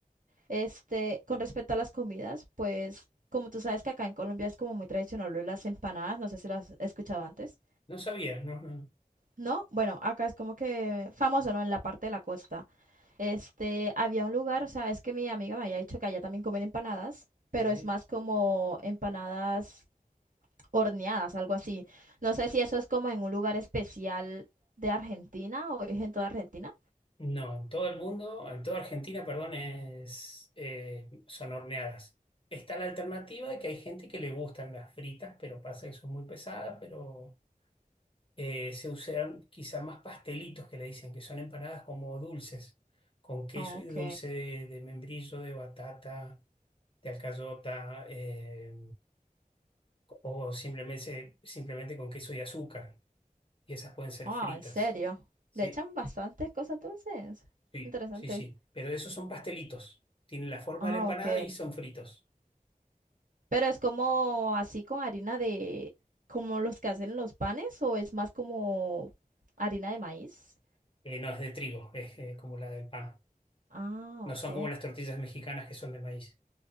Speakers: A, on the right; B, on the left.
A: Este, con respecto a las comidas, pues como tú sabes que acá en Colombia es como muy tradicional lo de las empanadas, no sé si las has escuchado antes.
B: No sabía, no, no, no.
A: No, bueno, acá es como que famoso, ¿no? En la parte de la costa. Este, había un lugar, o sea, es que mi amiga me había dicho que allá también comen empanadas, pero
B: Sí.
A: es más como empanadas horneadas, algo así. No sé si eso es como en un lugar especial de Argentina o es en toda Argentina.
B: No, en todo el mundo, en toda Argentina, perdón, es, eh, son horneadas. Está la alternativa de que hay gente que le gustan las fritas, pero pasa que son muy pesadas, pero eh, se usan quizá más pastelitos que le dicen, que son empanadas como dulces, con queso
A: Ok.
B: y dulce de, de membrillo, de batata, de alcayota, eh, o simplemente, simplemente con queso y azúcar. Y esas pueden ser
A: Ah,
B: fritas.
A: en serio.
B: Sí.
A: Le echan bastantes cosas dulces.
B: Sí,
A: Interesante.
B: sí, sí. Pero esos son pastelitos. Tienen la forma
A: Ah,
B: de la empanada
A: ok.
B: y son fritos.
A: Pero es como así con harina de, como los que hacen los panes, o es más como harina de maíz.
B: Eh, no es de trigo, es eh, como la del pan.
A: Ah,
B: No
A: ok.
B: son como las tortillas mexicanas que son de maíz.